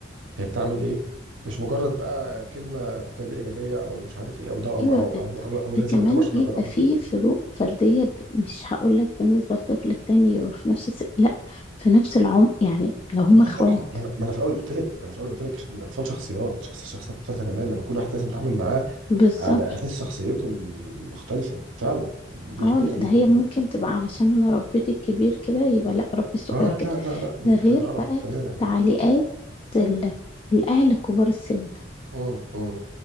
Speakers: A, on the right; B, on the left.
A: هي بتعمل ايه مش مجرد بقى كلمة تربية إيجابية أو مش عارف إيه أو ده أو
B: ايوه
A: أو
B: ب...
A: أو, أو, أو لازم
B: ده كمان
A: أضربه عشان
B: بيبقى
A: هضربنا.
B: فيه فروق فردية ب... مش هقولك بالنسبة للطفل التاني في نفس الس... لا في نفس العمر يعني لو هما
A: آه
B: اخوات
A: طبعا ما أنا ما أنا في الأول قلت لك ما أنا في الأول قلت لك إن الأطفال شخصيات شخص شخصيات مختلفة تماما كل واحد لازم يتعامل معاه
B: بالظبط
A: على أساس شخصيته المختلفة فعلا دي
B: اه
A: حقيقة
B: لا
A: جدا
B: ده هي ممكن
A: يعني.
B: تبقى علشان انا ربيت الكبير كده يبقى لا ربي الصغير
A: آه لا
B: كده
A: لا لا دي
B: ده
A: فكرة
B: غير
A: غلط
B: بقى
A: تماما.
B: تعليقات ال... الاهل كبار السن
A: امم